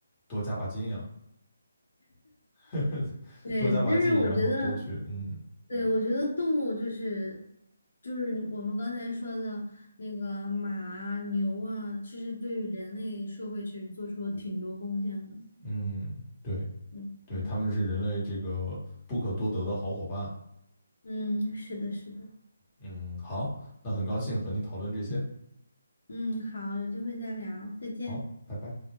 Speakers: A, on the left; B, on the left.
A: 多加把劲啊，<laughs>
B: 对，
A: 多加把劲，
B: 但是我觉得，
A: 然后多去，嗯
B: 对，我觉得动物就是就是我们刚才说的那个马啊、牛啊，其实对于人类社会其实做出了挺多贡献的。
A: 嗯，对
B: 嗯嗯，
A: 对，他们是人类这个不可多得的好伙伴啊。
B: 嗯，是的，是的。
A: 嗯，好，那很高兴和你讨论这些。
B: 嗯，好，有机会再聊，再见。
A: 好，拜拜。